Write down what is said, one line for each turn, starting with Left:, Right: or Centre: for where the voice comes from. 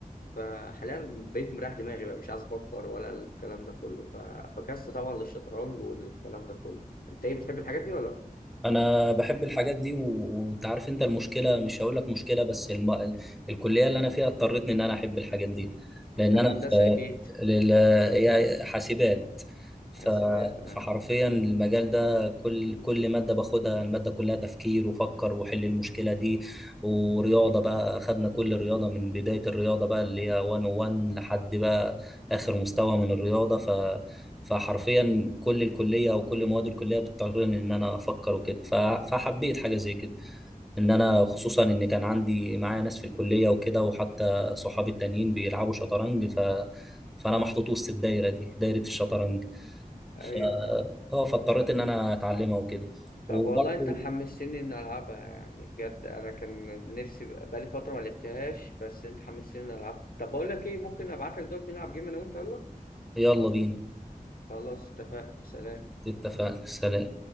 Left: فحاليا بقيت مريح دماغي بقى مش عايز افكر ولا الكلام ده كله ف... فكست طبعا للشطرنج والكلام ده كله انت ايه بتحب الحاجات دي ولا لأ؟
Centre: انا بحب الحاجات دي و- وانت عارف انت المشكله مش هقول لك مشكله بس الم... ال- الكليه اللي انا فيها اضطرتني ان انا احب الحاجات دي لان
Left: انت في
Centre: انا
Left: هندسه
Centre: في
Left: اكيد
Centre: لل... هي حاسبات ف...
Left: حاسبات آه.
Centre: فحرفيا المجال ده كل كل ماده باخدها الماده كلها تفكير وفكر وحل المشكله دي ورياضه بقى اخدنا كل رياضه من بدايه الرياضه بقى اللي هي 101 لحد بقى اخر مستوى من الرياضه فحرفيا كل الكليه او كل مواد الكليه بتضطرني ان انا افكر وكده ف- فحبيت حاجه زي كده ان انا خصوصا ان كان عندي معايا ناس في الكليه وكده وحتى صحابي التانيين بيلعبوا شطرنج ف فانا محطوط وسط الدايره دي دايره الشطرنج ف
Left: ايوه
Centre: اه فاضطريت ان انا اتعلمها وكده
Left: طب
Centre: وبرضه
Left: والله انت حمستني ان العبها يعني بجد انا كان نفسي بقى- بقالي فتره ما لعبتهاش بس انت حمستني ان العبها طب بقول لك ايه ممكن ابعت لك دلوقتي نلعب جيم انا وانت يلا
Centre: يلا بينا
Left: خلاص اتفقنا سلام
Centre: اتفقنا سلام